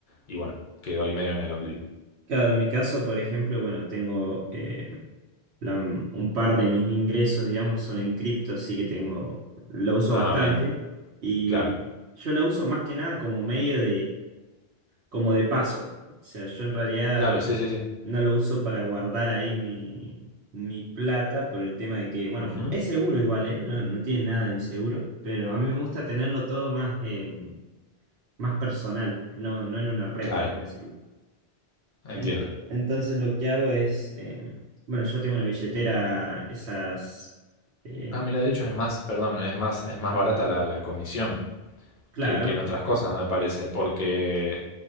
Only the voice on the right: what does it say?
claro, en mi caso, por ejemplo, bueno, tengo eh, la- un par de mis ingresos, digamos, son en cripto, así que tengo, lo uso
bastante
y
yo la uso más que nada como medio como de paso. O sea, yo en realidad
no lo uso para guardar ahí mi, mi plata por el tema de que, bueno,
es seguro igual, ¿eh? No, no tiene nada de inseguro, pero a mí me gusta tenerlo todo más, eh, más personal, no, no en una red,
por decirlo.
Ento- entonces lo que hago es, eh, bueno, yo tengo una billetera, esas, eh,
claro.